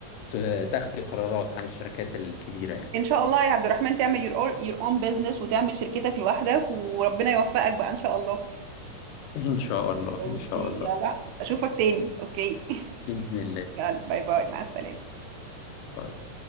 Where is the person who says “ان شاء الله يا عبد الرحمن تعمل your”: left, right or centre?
Right